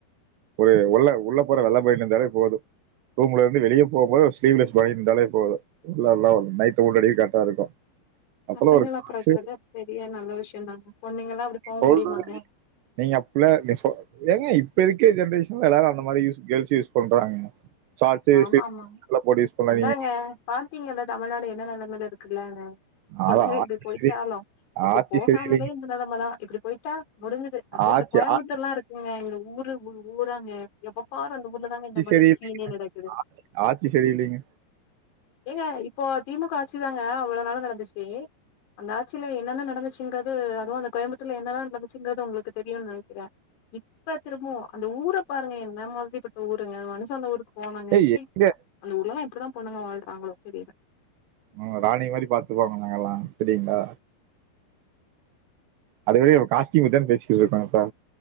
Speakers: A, on the right; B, on the left.
A: ஒரு ஒள்ள உள்ள போடற வெள்ள பனியன் இருந்தாலே போது ரூம்ல இருந்து வெளிய போபோது ஒரு ஸ்லீவுலெஸ் பனியன் இருந்தாலே போது உள்ளலா ஒரு நைட் உள்ளாடியே கரெடா இருக்கு அப்பல்லா
B: பசங்களா
A: ஒரு கா
B: பொறக்குறது
A: சே
B: அது பெரிய நல்ல விஷயோ தாங்க பொண்ணுங்க எல்லா அப்புடி போ
A: சொல்றது
B: முடியுமாங்க
A: நீங்க அப்பேல்ல நீ சொல் ஏங்க இப்ப இருக்கிற ஜென்ரேஷன்ல எல்லாரு அந்த மாரி யூஸ் கேர்ள்ஸ் யூஸ் பண்றாங்க சாட்ஸ்சு
B: ஆமாமா
A: சிலிப்யெல்லா போட்டு யூஸ் பண்ணாதீங்க
B: அதாங்க பாத்தீங்கல்ல தமிழ்நாடு என்ன நிலமையில இருக்குலேனு பொண்ணுங்க
A: அதான்
B: இப்புடி
A: ஆட்சி
B: போயிட்டாலு
A: சரி
B: இப்புடி
A: ஆட்சி
B: போகாமலே
A: சரியில்லைங்க.
B: இந்த நிலம தா இப்புடி போய்ட்டா முடிஞ்சது அப்போவு
A: ஆட்சி
B: இந்த கோயம்புத்துர்லா
A: ஆ
B: இருக் ஏங்க இந்த ஊரு ஊராங்க எப்ப பாரு அந்த ஊர்ல தாங்க இந்த மாரி
A: சரியில்ல
B: சீனினே நடக்
A: ஆட்சி ஆட்சி செரியில்லைங்க
B: ஏங்க இப்போ திமுக ஆட்சுதாங்க அவ்ளோ நாளா நடந்துச்சு அந்த ஆட்சியில என்னென்னா நடந்துச்சுங்குன்றது அதுவு அந்த கோயம்பத்தார்ல என்னென்னா நடந்துச்சுங்குறது உங்குளுக் த் தெரியுனு நெனைக்கிற இப்பத் திரும்ப அந்த ஊரை பாருங்க என்ன மாதிரிப்பட்ட ஊருங்க மனுச அந்த ஊருக்கு போனங்க
A: ஏய்
B: சி
A: எங்க
B: அந்த ஊர்ல எல்லா எப்புடிதா பொண்ணுங்க வாழ்றாங்களோ தெரில
A: உங்கள் ராணி மாரி பாத்துப்போங்க நாங்கலா சேரிங்களா அதுவே காஸ்டயூம தா பேசிக்கிட்டு இருக்காங்கப்பா